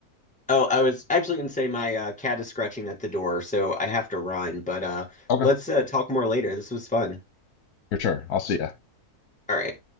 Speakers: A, in the centre; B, on the left.
A: Oh, I was actually gonna say my uh, cat is scratching at the door, so I have to run, but uh,
B: Okay,
A: let's uh, talk more later. This was fun.
B: for sure. I'll see ya.
A: All right.